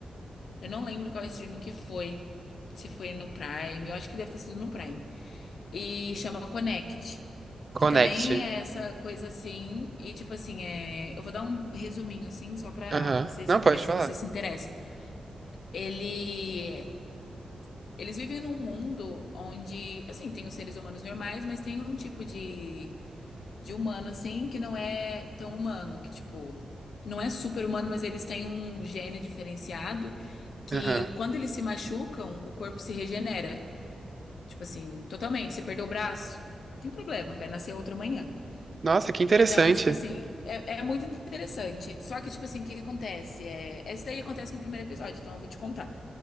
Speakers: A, on the left; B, on the right.
A: Eu não lembro qual streaming que foi. Se foi no Prime. Eu acho que deve ter sido no Prime. E chama Connect.
B: Connect.
A: Que também é essa coisa assim, e tipo assim, é... eu vou dar um resuminho assim, só pra
B: Aham.
A: vocês
B: Não, pode
A: ver se
B: falar.
A: você se interessa. Ele... Eles vivem num mundo onde, assim, tem os seres humanos normais, mas tem um tipo de, de humano, assim, que não é tão humano, que tipo, não é super humano, mas eles têm um gene diferenciado que
B: Aham.
A: quando eles se machucam, o corpo se regenera. Tipo assim, totalmente. Você perdeu o braço, tem problema, vai nascer outro amanhã.
B: Nossa, que interessante.
A: Então, tipo assim, é, é muito interessante. Só que, tipo assim, o que que acontece? É, essa daí acontece no primeiro episódio, então eu vou te contar.